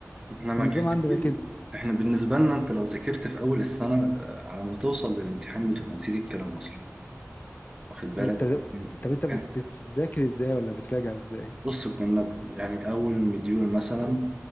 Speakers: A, on the right; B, on the left.
A: احنا
B: فالنظام
A: ما كان كتير
B: عندنا كده
A: احنا بالنسبة لنا انت لو ذاكرت في أول السنة آه، على ما توصل للامتحان بتبقى نسيت الكلام أصلا واخد بالك
B: انت
A: يعني
B: طب انت بت-
A: يعني
B: بتذاكر ازاي ولا بتراجع ازاي
A: بص كنا ب- يعني أول مديول مثلا